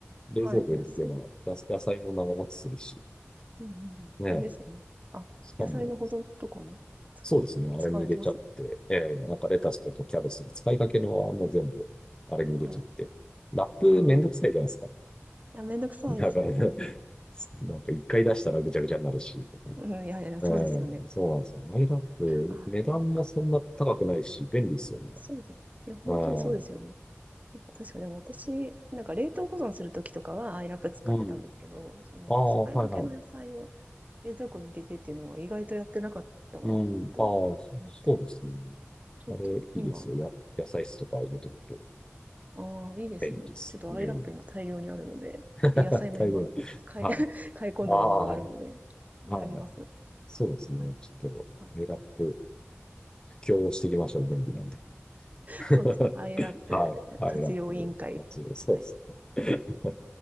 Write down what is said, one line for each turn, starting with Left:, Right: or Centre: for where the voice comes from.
Left: 冷蔵庫入れてけば、
Right: はい。いや、そう。
Left: やす野菜も長持ちするし、
Right: うんうんうん。
Left: ね。
Right: あれですよね。あ、
Left: しかも、
Right: 野菜の保存とかもつ
Left: そうですね。あれに入れちゃって、
Right: 使われてます。
Left: えーなんかレタスとかキャベツとか使いかけのはもう全部、あれに入れちゃって。
Right: はい。
Left: ラップめんどくさいじゃないですか。
Right: ああ。いや、めんどくさいです。
Left: だから、ね <laughs> なんか一回出したらぐちゃぐちゃになるし、とかね。
Right: うん、いやいや、
Left: え
Right: そうですよね。
Left: えそうなんですよ。マイラップ、
Right: あ、
Left: 値段もそんな高くないし、
Right: そっか。
Left: 便利ですよね。
Right: そうですね。いや、本当にそうですよね。
Left: うん。
Right: なんか確かでも私、なんか冷凍保存するときとかはアイラップ使ってたんですけど、
Left: うん。
Right: その使いかけの野菜を
Left: ああ、はいはい。
Right: 冷蔵庫に入れてっていうのは意外とやってなかったなと思って。
Left: うん。ああ、そそうですね。
Right: ちょっと今、
Left: あれ、いいですよ。や、野菜室とか入れてくと。
Right: ああ、いいですね。
Left: 便利です。
Right: ちょっとアイラップ今大量にあるので、
Left: うん。<laughs>
Right: で、野菜も今、
Left: 大量に。
Right: 買い、
Left: は
Right: <laughs> 買い込んだものがあるので、
Left: い。ああ、はい。
Right: やります。
Left: そうですね。
Right: はい。
Left: ちょっと、
Right: はい、
Left: エラップ、布教をしていきましょう。便利なんで。<laughs>
Right: そうですね。アイラップ活用委員会。
Left: はい。はい、ラップ活用、そうですね。
Right: はい。
Left: <laughs> はい